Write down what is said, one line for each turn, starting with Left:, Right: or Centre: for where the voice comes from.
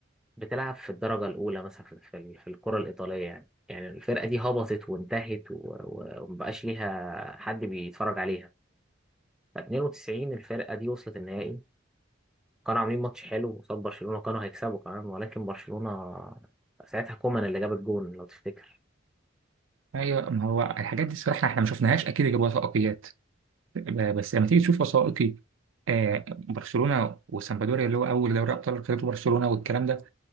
Centre: بتلعب في الدرجة الأولى مثلا في في, ال- في الكرة الإيطالية يعني يعني الفرقة دي هبطت وانتهت و- و- ومبقاش ليها حد بيتفرج عليها 92 الفرقة دي وصلت النهائي كانوا عاملين ماتش حلو قصاد برشلونة كانوا هيكسبوا كمان ولكن برشلونة ساعتها كومان اللي جاب الجون لو تفتكر
Right: ايوه ما هو الحاجات دي الصراحه احنا ما شفناش اكيد جاب وثائقيات ب- بس لما تيجي تشوف وثائقي آه برشلونه وسامبدوريا اللي هو اول دوري ابطال خدته برشلونه والكلام ده